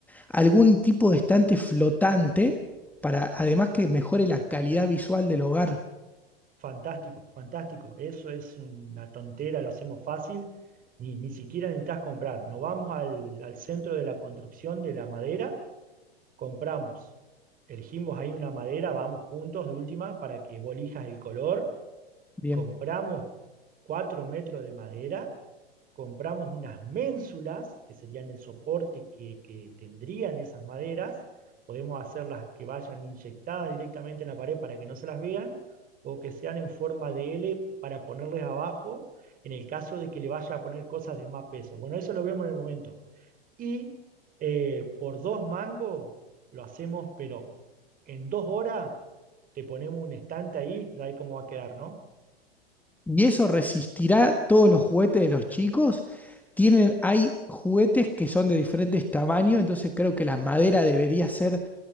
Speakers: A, in the centre; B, on the right.
A: Algún tipo de estante flotante para además que mejore la calidad visual del hogar.
B: Fantástico, fantástico. Eso es una tontera, lo hacemos fácil. Ni, ni siquiera necesitas comprar. Nos vamos al, al centro de la construcción de la madera, compramos. Elegimos ahí una madera, vamos juntos de última para que vos elijas el color
A: Bien.
B: compramos cuatro metros de madera, compramos unas ménsulas, que serían el soporte que, que tendrían esas maderas, podemos hacerlas que vayan inyectadas directamente en la pared para que no se las vean, o que sean en forma de L para ponerles abajo, en el caso de que le vaya a poner cosas de más peso. Bueno, eso lo vemos en el momento. Y eh, por dos mangos lo hacemos, pero en dos horas te ponemos un estante ahí, ya ahí cómo va a quedar, ¿no?
A: ¿Y eso resistirá todos los juguetes de los chicos? Tienen, hay juguetes que son de diferentes tamaños, entonces creo que la madera debería ser